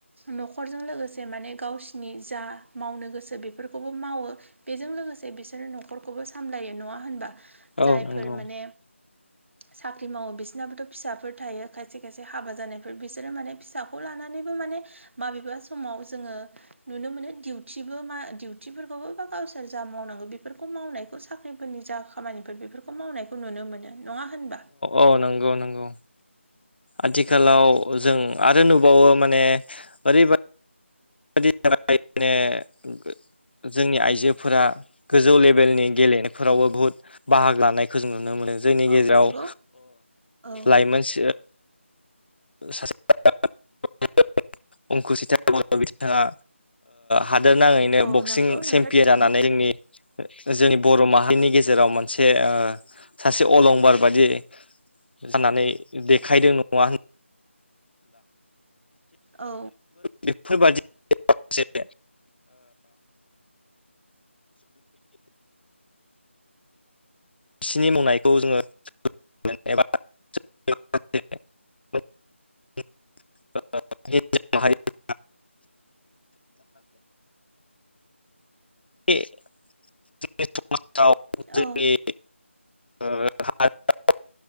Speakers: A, on the right; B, on the left.
A: न'खरजों लोगोसे माने गावसिनि जा मावनो गोसो बेफोरखौबो मावो बेजों लोगोसे बिसोरो न'खरखौबो सामलायो नङा होनबा
B: औ
A: जायफोर
B: नंगौ
A: माने साख्रि मावो बिसोरनाबोथ' फिसाफोर थायो खायसे खायसे हाबा जानायफोर बिसोरो माने फिसाखौ लानानैबो माने माबेबा समाव जोङो नुनो मोनो दिउटिबो मा दिउटिफोरखौबो बा गावसोर जा मावनांगौ बेफोरखौ मावनायखौ साख्रि फोरनि जा खामानिफोर बेफोरखौ मावनायखौ नुनो मोनो नङा होन
B: औ नंगौ नंगौ आथिखालाव जों आरो नुबावो माने ओरैबा <unintelligible> जोंनि आइजोफोरा गोजौ लेभेलनि गेलेनायफोरावबो बुहुत बाहागो लानायखौ जों नुनो मोनो जोंनि
A: औ
B: गेजेराव
A: नंगौ औ
B: लाइमोन सासे <unintelligible> अंकुसिता बर' बिथाङा हादोर नाङैनो
A: औ
B: बक्सिं
A: नंगौ नोंथाङा
B: चेम्पियन
A: थिगखौनो
B: जानानै जोंनि जोंनि बर' माहारिनि गेजेराव मोनसे सासे अलंबार बायदि जानानै देखायदों नङा होन
A: औ
B: बेफोरबादि माखासे बिसिनि मावनायखौ जोङो <unintelligible> एबा <unintelligible> <unintelligible> हिनजाव माहारिफोर <unintelligible> जों समाजाव जोंनि
A: औ
B: हारियाव